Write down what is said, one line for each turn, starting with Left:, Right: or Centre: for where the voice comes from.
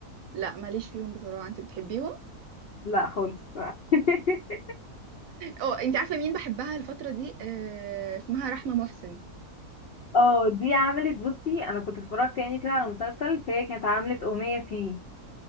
Right: لا ماليش فيهم بصراحه انت بتحبيهم
Left: لا خالص <laughs>
Right: اه انت عارفه مين بحبها الفتره دي آه، اسمها رحمه محسن
Left: اه دي عملت بصي انا كنت اتفرجت يعني كده على مسلسل فهي كانت عملت اغنية فيه